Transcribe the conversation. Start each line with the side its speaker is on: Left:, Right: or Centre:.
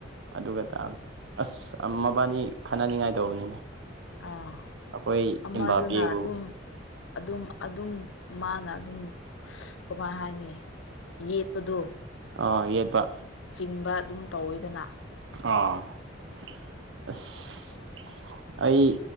Right: ꯑꯗꯨꯒ ꯇꯥꯕꯅꯤ ꯑꯁ ꯃꯕꯥꯅꯤ ꯈꯟꯅꯅꯤꯡꯉꯥꯏ ꯇꯧꯕꯅꯤꯅꯦ
Left: ꯑꯥ
Right: ꯑꯩꯈꯣꯏ
Left: ꯑꯃꯗꯨꯅ
Right: ꯏꯝꯕꯥꯄꯦꯕꯨ
Left: ꯑꯗꯨꯝ ꯑꯗꯨꯝ ꯑꯗꯨꯝ ꯃꯥꯅ ꯑꯗꯨꯝ ꯀꯃꯥꯏ ꯍꯥꯏꯅꯤ ꯌꯦꯠꯄꯗꯣ
Right: ꯑ ꯌꯦꯕ
Left: ꯏꯟꯕ ꯑꯗꯨꯝ ꯇꯧꯋꯤꯗꯅ
Right: ꯑꯥ ꯑꯩ